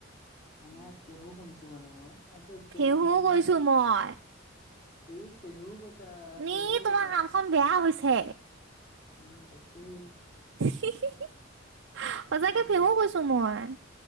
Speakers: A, on the left; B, on the right.
A: নাই শুনিছো মানে মই তাৰপিছত স্পেলিং
B: ফেহু
A: ভুল কৰিছা
B: গৈছো মই
A: এই পেহো কৈছা
B: নি
A: পেহু
B: তোমাৰ
A: কৈছা
B: কাণখন বেয়া হৈছে
A: উম তাক উম
B: হি হি হি সজাকে
A: উম।
B: ফেহু কৈছো মই